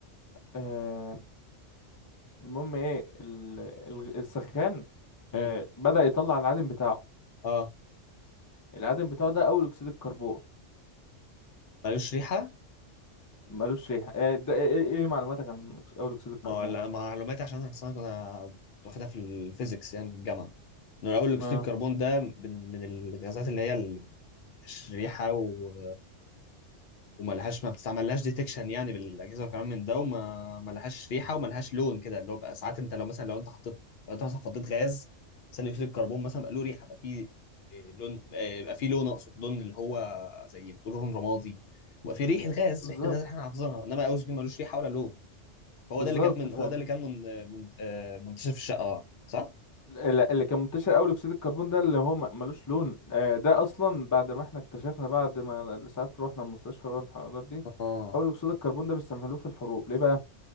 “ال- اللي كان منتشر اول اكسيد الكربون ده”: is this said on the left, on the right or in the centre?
Left